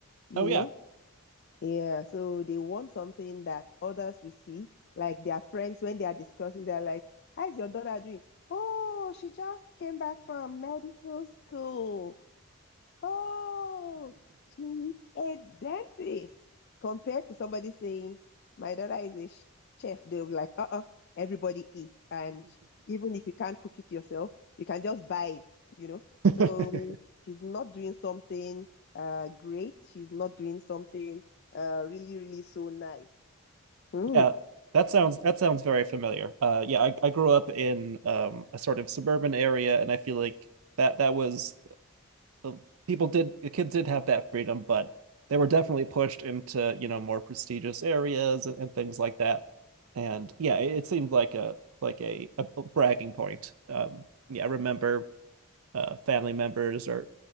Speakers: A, on the left; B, on the right.
A: you
B: Oh yeah.
A: know? Yeah, so they want something that others will see, like their friends when they are discussing, they're like, How's your daughter doing? Oh, she just came back from medical school. Oh, she's a dentist. Compared to somebody saying, my daughter is a sh- chef, they'll be like, uh-uh, everybody eats. And even if you can't cook it yourself, you can just buy it, you know? So
B: <laughs>
A: she's not doing something uh great. She's not doing something uh really, really so nice. Mm.
B: Yeah, that sounds that sounds very familiar. Uh, yeah, I, I grew up in um, a sort of suburban area, and I feel like that that was the people did the kids did have that freedom, but they were definitely pushed into you know more prestigious areas and, and things like that. And yeah, it, it seemed like a like a, a bragging point. Um, yeah, I remember uh, family members or